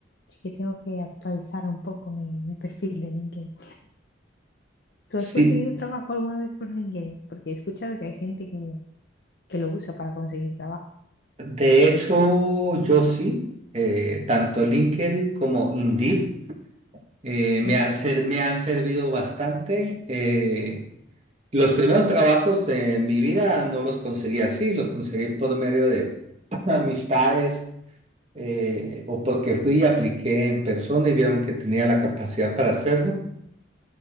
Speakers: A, on the left (about 55°); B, on the right (about 35°).
A: Así que tengo que actualizar un poco mi, mi perfil de LinkedIn. ¿Tú
B: Sí.
A: has conseguido trabajo alguna vez por LinkedIn? Porque he escuchado que hay gente que, que lo usa para conseguir trabajo.
B: De hecho, yo sí, eh, tanto LinkedIn como Indeed eh,
A: Sí,
B: me han, ser- me han servido bastante. Eh, los primeros trabajos de mi vida no los conseguí así, los conseguí por medio de <clears throat> <laughs> amistades eh, o porque fui y apliqué en persona y vieron que tenía la capacidad para hacerlo.